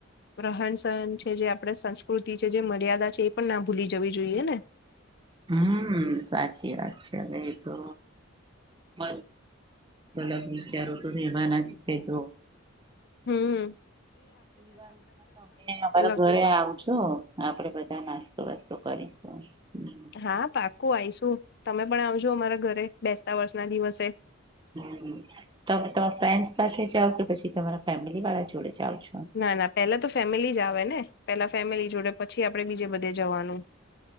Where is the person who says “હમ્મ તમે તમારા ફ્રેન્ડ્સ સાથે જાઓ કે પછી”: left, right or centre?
Right